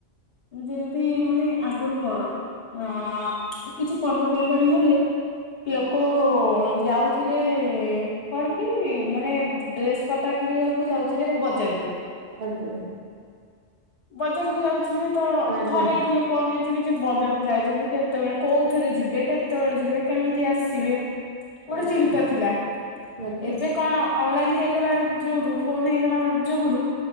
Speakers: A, on the left; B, on the right.
A: ଯେମତି ମାନେ ଆଗୁରୁ କଣ ଅଁ କିଛି ପର୍ବପର୍ବାଣୀ ହେଲେ ଲୋକ ଯାଉଥୁଲେ କଣ କି ମାନେ ଡ୍ରେସ ପଟା କିଣିବାକୁ ଯାଉଥୁଲେ ବଜାରକୁ
B: ଆଜ୍ଞା।
A: ବଜାରକୁ ଯାଉଥୁଲେ ତ
B: ଆଜ୍ଞା
A: ଘରେ ଏଠି ଲୋ କ ଅନେଇଥିବେ ଯେ ବଜାରକୁ ଯାଇଛନ୍ତି କେତେବେଳେ କୋଉଥିରେ ଯିବେ କେତେବେଳେ ଯିବେ କେମିତି ଆସିବେ। ଗୋଟେ
B: ଆଜ୍ଞା
A: ଚିନ୍ତା ଥିଲା
B: ଆଜ୍ଞା
A: ଏବେ କଣ ଅନଲାଇନ ହେଇଗଲା ଯୋଉଠୁ ଫୋନ୍ ହେଇଗଲା ଯୋଗୁରୁୁ